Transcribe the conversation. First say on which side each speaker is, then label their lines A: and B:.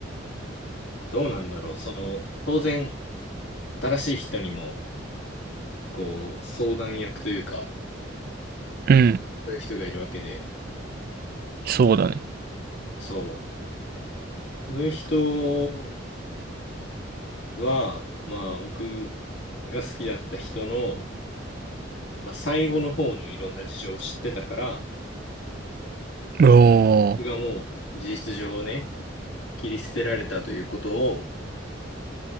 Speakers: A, on the left; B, on the right.
A: どうなんだろう。その、当然、新しい人にも、こう、相談役というか、
B: うん、
A: そういう人がいるわけで、
B: そうだね。
A: そう。そういう人は、まあ、僕が好きだった人のまあ、最後の方のいろんな事情を知ってたから、
B: お
A: 僕がもう事実上ね、
B: お、
A: 切り捨てられたということを、